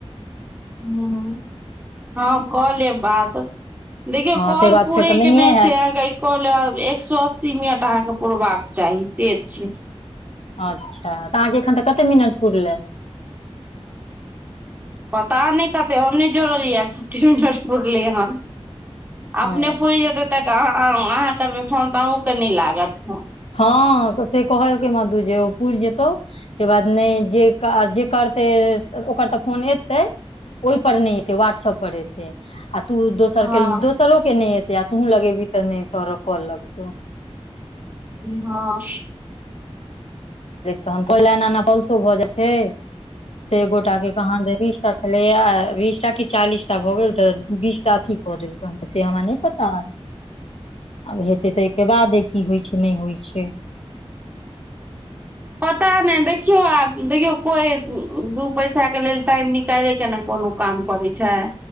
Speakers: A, on the right; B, on the left.
A: हूँ हँ कऽ लेब बात। देखियौ
B: हँ
A: काॅल
B: ताहिके बाद
A: पूरेै
B: फेर तऽ नहिए
A: के नैय
B: हैत
A: छै आहाँके काॅल एक सौ अस्सी मिनट आहाँके पुरबाक चाही से छैय।
B: अच्छा तऽ आहाँ एखन तऽ कते मिनट पूुरले?
A: पता नैय कते हम नैय जोड़लियै या हँ कते मिनट पुरलेै हन। अपने
B: ओ
A: पूर जेतै तऽ कऽ आहाँ करबै फोन तऽ अहूँकेँ नैय लागत फोन।
B: हँ से कहलकेै मधु जे ओ पुइर जेतौ। तै के बाद नैय जे- जे करतै ओकर तऽ फोन एतै। ओय पर नैय एतेै व्हट्सप्प पर एतै। आ तू दोसरके
A: हँ
B: दोसरोके नैय एतै आ तूहू लगेबी त नैय तोहर कौल लगतौ।
A: हँ।
B: तन पहिल एना -एना पल्सो भ जाइ छैय। से एक गोटाके कहादन जे बीसटा छलैये बीसटा की चालीस टा भऽ गेल त बीस टा अथी क देल। से हमरा नै पता। आब हेतै तैयके बादे की होइ छैय नै होइ छैय।
A: पता नय देखियौ आब देखियौ कोई दू पैसाके लेल टाइम निकाइलै के ने कोनो काम करै छैय